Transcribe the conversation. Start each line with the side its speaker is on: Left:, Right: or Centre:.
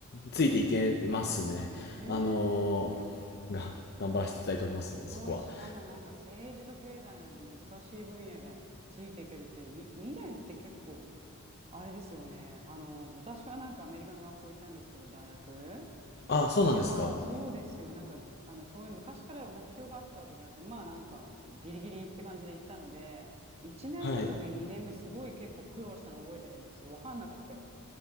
Left: ついていけますね。
Right: へえ、
Left: あの、が、頑張らせていただいておりますね、
Right: すごい。
Left: そこは。
Right: しかもなんか政治と経済なんて難しい分野でついていけるって、に、2年って結構、あれですよね。あの、私はなんかアメリカの学校行ったんですけど、大学。
Left: あ、そうなんですか。
Right: いやー、そうですよ。なんか、あの、そういう昔から目標があったわけじゃなくて、まあなんか、ギリギリって感じで行ったので、1年目と2年目すごい結構苦労したの覚えてるんですよ。
Left: はい。
Right: わかんなくて。